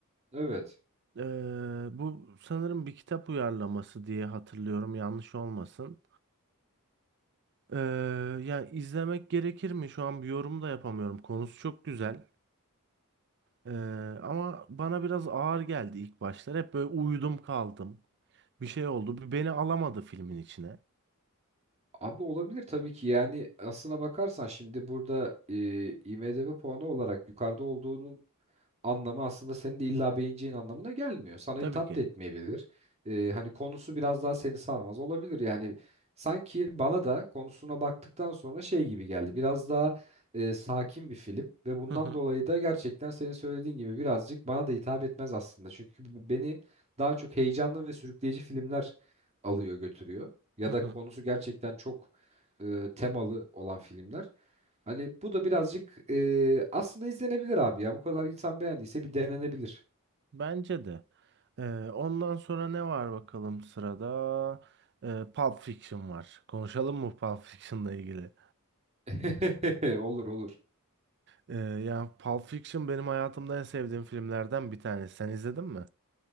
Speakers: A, on the right; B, on the right.
A: Evet.
B: Ee, bu sanırım bir kitap uyarlaması diye hatırlıyorum. Yanlış olmasın. Ee, yani izlemek gerekir mi? Şu an bir yorum da yapamıyorum. Konusu çok güzel. Ee, ama bana biraz ağır geldi ilk başlar. Hep böyle uyudum kaldım. Bir şey oldu. Bir beni alamadı filmin içine.
A: Abi olabilir tabii ki yani aslına bakarsan şimdi burada e, IMDb puanı olarak yukarıda olduğunun anlamı aslında senin de illa beğeneceğin anlamına gelmiyor. Sana
B: Tabii
A: hitap
B: ki.
A: da etmeyebilir. Ee, hani konusu biraz daha seni sarmaz olabilir. Yani sanki bana da konusuna baktıktan sonra şey gibi geldi. Biraz daha e, sakin bir film ve bundan
B: Hı hı
A: dolayı da gerçekten senin söylediğin gibi birazcık bana da hitap etmez aslında. Çünkü b- beni daha çok heyecanlı ve sürükleyici filmler alıyor götürüyor. Ya
B: hı
A: da
B: hı.
A: konusu gerçekten çok e, temalı olan filmler. Hani bu da birazcık e, aslında izlenebilir abi ya. Bu kadar insan beğendiyse bir denenebilir.
B: Bence de. Ee, ondan sonra ne var bakalım sırada? Ee, Pulp Fiction var. Konuşalım mı Pulp Fiction'la ilgili?
A: <laughs> Olur olur.
B: Ee, yani Pulp Fiction benim hayatımda en sevdiğim filmlerden bir tanesi. Sen izledin mi?